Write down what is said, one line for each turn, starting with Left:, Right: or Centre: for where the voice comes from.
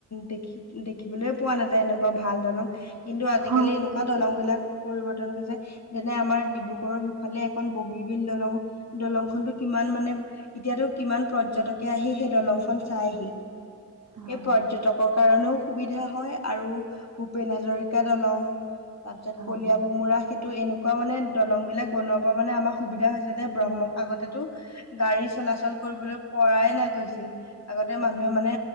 Left: দেখি দেখিবলৈ পোৱা নাযায়। এনেকুৱা ভাল দলং। কিন্তু আজিকালি
Right: হয়
Left: এনেকুৱা দলং বিলাক পৰিৱৰ্তন হৈছে। যেনে আমাৰ ডিব্ৰুগড়ৰ সিফালে এখন বগীবল দলং, দলংখনতো কিমান মানে এতিয়াতো কিমান পৰ্যটকে আহি সেই দলংখন চাইহি
Right: হয়
Left: সেই পৰ্যটকক কাৰণেও সুবিধা হয়, আৰু ভূপেন হাজৰিক দলং তাৰ পিছত
Right: হয়
Left: কলিয়াভোমোৰা সেইটো এনেকুৱা মানে দলং বিলাক বনোৱাৰ পৰা মানে আমাক সুবিধা হৈছে যে ব্ৰহ্ম আগতেতো গাড়ী চলাচল কৰিবলৈ পৰাই না গৈছিল। আগতে মানুহে মানে